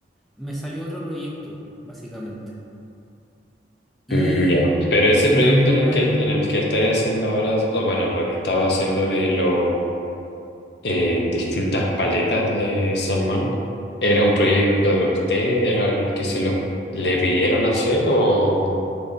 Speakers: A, in the centre; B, on the left.
A: Me salió otro proyecto, básicamente. Y,
B: Mm, ya. Pero ese
A: y
B: proyecto
A: también
B: en el que, en el que estáis haciendo ahora, o bueno, lo que estaba haciendo de los eh, distintas paletas de salmón, ¿era un proyecto de usted? ¿Era alguien que se los le pidieron hacer o...?